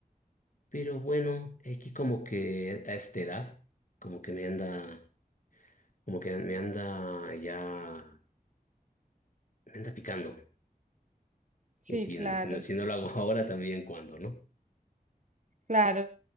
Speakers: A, on the left; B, on the right.
A: Pero bueno, aquí como que a esta edad, como que me anda, como que me anda ya, me anda picando.
B: Sí,
A: Y si,
B: claro,
A: si no, si no lo hago <laughs> ahora, también cuando, ¿no?
B: claro,